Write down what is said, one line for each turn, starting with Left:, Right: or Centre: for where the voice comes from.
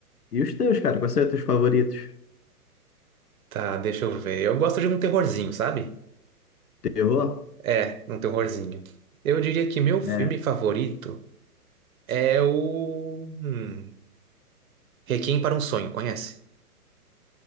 Left: E os teus, cara, quais são os teus favoritos?
Right: tá, deixa eu ver. Eu gosto de um terrorzinho, sabe?
Left: Terror?
Right: É, um terrorzinho. Eu diria que meu filme
Left: É.
Right: favorito é o. hum, Requiem para um Sonho, conhece?